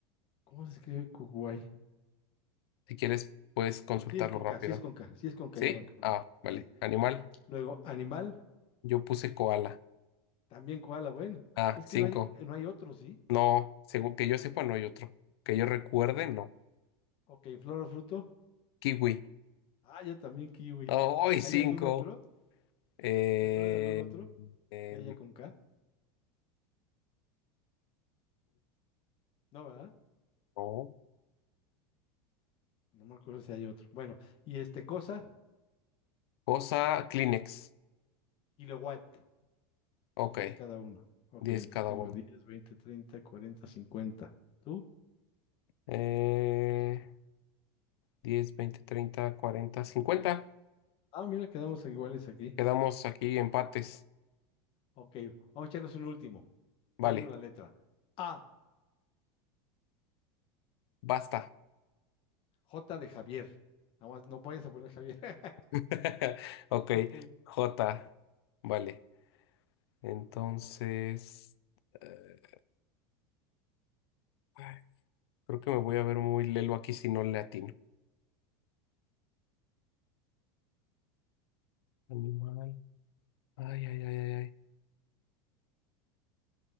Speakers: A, on the left (about 40°); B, on the left (about 75°).
A: ¿Cómo se escribe Kuwait?
B: Si quieres, puedes consultarlo
A: Sí, es con
B: rápido.
A: K, sí es con K, sí es con K,
B: ¿Sí?
A: ya me acordé.
B: Ah, vale.
A: Sí.
B: Animal.
A: Luego, animal,
B: Yo puse koala.
A: también koala, bueno.
B: Ah,
A: Es
B: cinco
A: que no hay, no hay otro, ¿sí?
B: No, según que yo sepa, no hay otro. Que yo recuerde, no.
A: Ok, flor o fruto.
B: Kiwi.
A: Ah, yo también kiwi.
B: Oh, hoy
A: ¿Hay
B: 5.
A: algún otro?
B: Eh,
A: ¿Te acuerdas de algún otro?
B: eh,
A: que haya con K. No, ¿verdad?
B: no.
A: No me acuerdo si hay otro. Bueno, y este cosa,
B: Cosa, Kleenex.
A: kilowatt,
B: Ok,
A: 10 cada uno. Ok,
B: 10
A: entonces
B: cada
A: tengo
B: uno.
A: diez veinte treinta cuarenta cincuenta ¿Tú?
B: Eh, diez veinte treinta cuarenta cincuenta
A: Ah, mira, quedamos iguales aquí.
B: Quedamos aquí empates.
A: Ok, vamos a echarnos un último.
B: Vale,
A: Yo digo la letra. A,
B: basta.
A: J de Javier. Nada más, no vayas a poner Javier. <laughs>
B: <laughs> Ok,
A: Ok,
B: J. Vale. Entonces, eh, ay, creo que me voy a ver muy lelo aquí si no le atino. Animal. Ay, ay, ay, ay, ay.